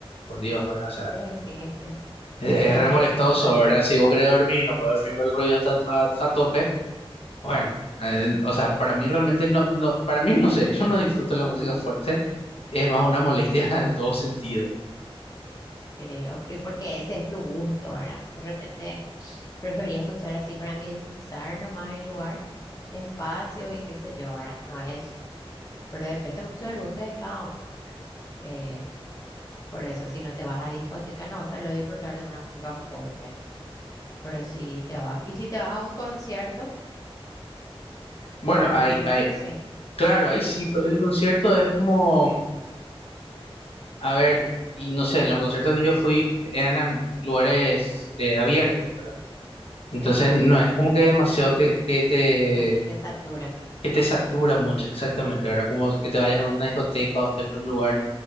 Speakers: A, on the left (about 75°); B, on the left (about 35°).
A: por Dios, ¿verdad?
B: Sí, sí, <laughs>
A: Es, es
B: es
A: re
B: molestosa.
A: molestoso, ¿verdad? Si vos querés dormir y no podés dormir, por el ruido está a, a tope. Bueno, eh, o sea, para mí realmente no, no, para mí no sé, yo no disfruto la música fuerte, es más una molestia <laughs> en todo sentido.
B: Sí, o- y porque ese es tu gusto, ¿verdad? De repente prefería escuchar así para ambientizar nomás el lugar, despacio y qué sé yo, ¿verdad? No es, pero depende mucho del gusto de cada uno, ¿verdad? Eh, por eso, si no te vas a discoteca, no vas a lo disfrutar de una música fuerte, pero si te vas, y si te vas a un concierto,
A: Bueno, hay,
B: me imagino
A: hay,
B: que sí,
A: claro, ahí sí, pero en un concierto es como, a ver, y no sé, en los conciertos que yo fui eran am- lugares eh, abiertos, ¿verdad? Entonces
B: sí,
A: no es como que demasiado que, que te,
B: una que te satura,
A: que te satura mucho exactamente, ¿verdad? Como que te vayas a una discoteca o estés en un lugar